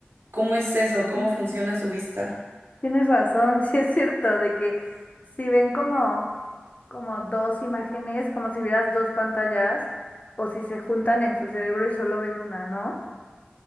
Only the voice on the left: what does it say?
Mm,
Tienes razón, <laughs> sí es cierto, de que si ven como como dos imágenes, como si vieras dos pantallas, o si se juntan en su cerebro y solo ven una, ¿no?